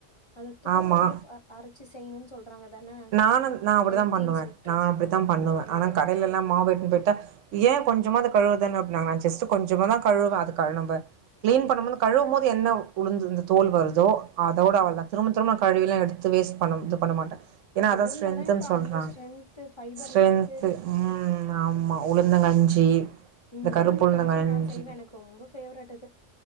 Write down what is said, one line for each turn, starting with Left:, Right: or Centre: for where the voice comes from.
Left: அந்த தோலோடயே
Right: ஆமா
Left: ப அரைச் சு செய்ணுன்னு சொல்றாங்கதான
Right: நானு நா அப்டிதா
Left: ஹெல்தின்னு
Right: பண்ணுவே
Left: சொல்ட்டு
Right: நா அப்டித்தா பண்ணுவே
Left: அ ஹ
Right: ஆனா கடைலலா
Left: கரெக்ட்டு
Right: <unintelligible> ஏ கொஞ்சமா அத கழுவுதானு அப்பட்னாங்க நா ஜஸ்ட் கொஞ்சமா தா கழுவுவே அது கழுவ்னம்ப கிளீன் பண்ணும் போது கழுவும்போது என்ன உளுந்து இந்த தோல் வருதோ அதோட
Left: ஆ
Right: அவ்ளோ தா திரும்ப திரும்ப நா கழுவி எல்லா எடுத்து வேஸ்ட் பண்ண இது பண்ண மாட்டே ஏன்னா
Left: தோல்ல
Right: அதா ஸ்ட்ரென்த்துன்
Left: தான் இப்ப
Right: சொல்றாங்க
Left: அவ்ளோ ஸ்ட்ரென்த்து ஃபைபர்லாம்
Right: ஸ்ட்ரென்த்து
Left: இருக்கு.
Right: ம் ஆமா உளுந்தங்கஞ்சி
Left: ம்
Right: இந்த
Left: உளுந்து
Right: கருப்புளுந்தங்கஞ்சி
Left: கஞ்சியு நா செய்வே எனக்கு ரொம்ப ஃபேவரட் அது